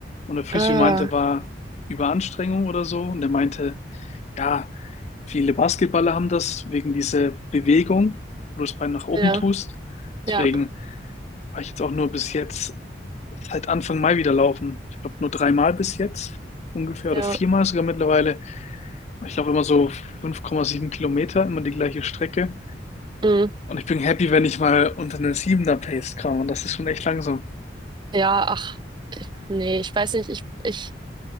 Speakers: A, on the left (about 40°); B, on the right (about 25°).
A: Und der Physio
B: Ah,
A: meinte, war Überanstrengung oder so. Und er meinte, ja, viele Basketballer haben das wegen dieser Bewegung, wo du das Bein nach oben
B: ja,
A: tust.
B: ja,
A: Deswegen war ich jetzt auch nur bis jetzt seit Anfang Mai wieder laufen. Ich glaube nur dreimal bis jetzt ungefähr
B: ja,
A: oder viermal sogar mittlerweile. Ich laufe immer so 5,7 Kilometer, immer die gleiche Strecke.
B: mm,
A: Und ich bin happy, wenn ich mal unter eine 7 Pace komme. Und das ist schon echt langsam.
B: ja, ach, nee, ich weiß nicht, ich, ich,